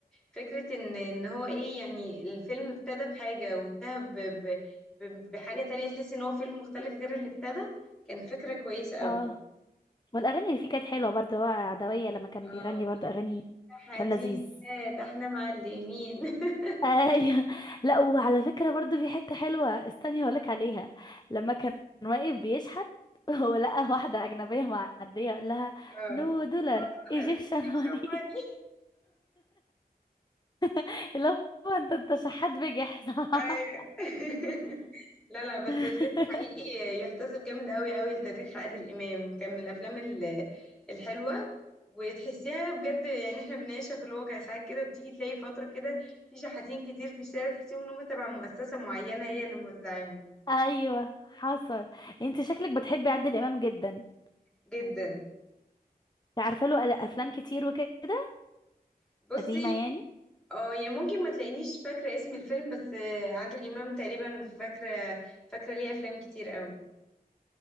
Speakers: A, in the centre; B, on the left.
A: فكرة ان ان هو ايه يعني الفيلم ابتدى بحاجة وانتهى ب- ب- ب- بحاجة تانية تحس ان هو فيلم مختلف غير اللي ابتدى كان فكرة كويسة قوي
B: اه والاغاني اللي فيه كانت حلوة برضه هو عدوية لما كان
A: اه
B: بيغني برضه اغاني
A: حياتي
B: كان لذيذ
A: ده احنا معلمين <laughs>
B: ايوه لا وعلى فكره برضو في حته حلوه استني هقولك عليها لما كان واقف بيشحت <laughs> ولقى واحده اجنبيه معديه قال لها
A: اه
B: نو دولار
A: هو دولار
B: ايجيبشن
A: تمشي
B: هوني
A: أموالي
B: <laughs> اللي هو انت انت شحات بجح صح
A: أيوة. <laughs> لا لا بس
B: <laughs>
A: فيلم حقيقي يحتسب جامد قوي قوي لتاريخ عادل إمام كان من الأفلام ال- الحلوة وتحسيها بجد يعني احنا بنعيشها في الواقع ساعات كده بتيجي تلاقي فترة كده في شحاتين كتير في الشارع تحسيهم ان هم تبع مؤسسة معينة هي اللي موزعاهم
B: ايوه حصل انت شكلك بتحبي عادل امام جدا انت
A: جدا
B: عارفه له ألا- افلام كتير وكده
A: بصي
B: قديمه يعني
A: اه يعني ممكن ما تلاقينيش فاكرة اسم الفيلم بس آه، عادل إمام تقريبا فاكرة فاكرة ليه أفلام كتير قوي